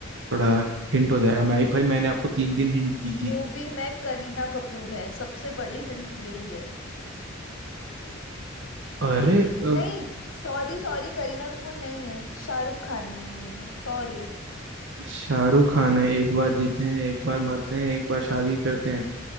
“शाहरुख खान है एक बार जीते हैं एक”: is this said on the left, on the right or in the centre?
Right